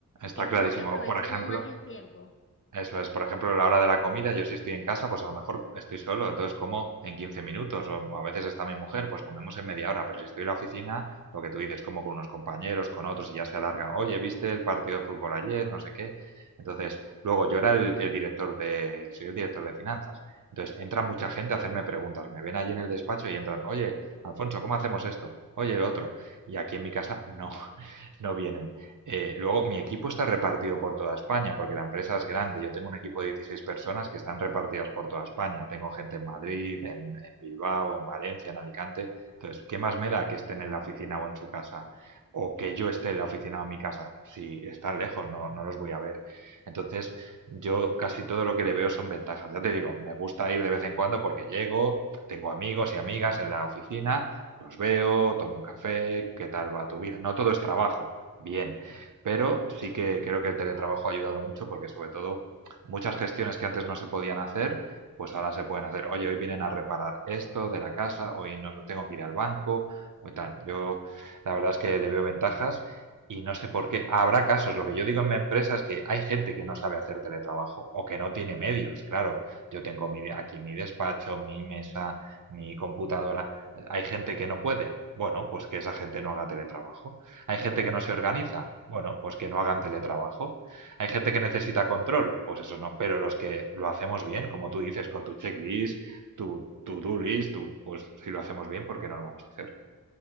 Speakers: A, on the right; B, on the left.
A: Está
B: Es
A: clarísimo.
B: como que aprovecha
A: Por ejemplo,
B: uno más el tiempo.
A: Eso es, por ejemplo, la hora de la comida, yo si estoy en casa, pues a lo mejor estoy solo, entonces como en 15 minutos, o o a veces está mi mujer, pues comemos en media hora, pero si estoy en la oficina, lo que tú dices, como con unos compañeros, con otros, y ya se alarga, oye, ¿viste el partido de fútbol ayer? No sé qué. Entonces, luego yo era el, el director de, soy el director de finanzas, entonces entra mucha gente a hacerme preguntas, me ven allí en el despacho y entran, oye, Alfonso, ¿cómo hacemos esto? Oye, el otro. Y aquí en mi casa no, <laughs> no vienen. Eh, luego, mi equipo está repartido por toda España, porque la empresa es grande. Yo tengo un equipo de 16 personas que están repartidas por toda España. Tengo gente en Madrid, en, en Bilbao, en Valencia, en Alicante. Entonces, ¿qué más me da que estén en la oficina o en su casa? O que yo esté en la oficina o en mi casa. Si están lejos, no, no los voy a ver. Entonces, yo casi todo lo que le veo son ventajas. Ya te digo, me gusta ir de vez en cuando porque llego, tengo amigos y amigas en la oficina, los veo, tomo un café, ¿qué tal va tu vida? No todo es trabajo bien, pero sí que creo que el teletrabajo ha ayudado mucho porque sobre todo muchas gestiones que antes no se podían hacer, pues ahora se pueden hacer. Oye, hoy vienen a reparar esto de la casa, hoy no tengo que ir al banco o tal. Yo la verdad es que le veo ventajas y no sé por qué. Habrá casos, lo que yo digo en mi empresa es que hay gente que no sabe hacer teletrabajo o que no tiene medios. Claro, yo tengo mi- aquí mi despacho, mi mesa, mi computadora. Hay gente que no puede. Bueno, pues que esa gente no haga teletrabajo. Hay gente que no se organiza. Bueno, pues que no hagan teletrabajo.
B: Sí.
A: Hay gente que necesita control. Pues eso no. Pero los que lo hacemos bien, como tú dices, con tu checklist, tu to-do list, tu, pues si lo hacemos bien, ¿por qué no lo vamos a hacer?